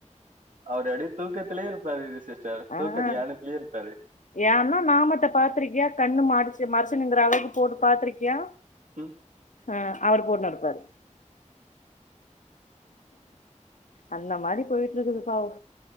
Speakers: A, on the right; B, on the left.
A: அவரு அப்டிய தூக்கத்திலேயே இருப்பாரு இது சிஸ்டர்
B: ஆ
A: தூக்க தியானத்திலேயே இருப்பாரு
B: ஏன்னா நாமத்த பாத்திருக்கியா கண்ணு மறச்சு மறச்சுனுங்கிற அளவுக்கு போட்டு பாத்திருக்கியா
A: உம்
B: ஆ அவரு போட்டுனு இருப்பாரு அந்த மாரி போயிட்டு இருக்குது பாவோ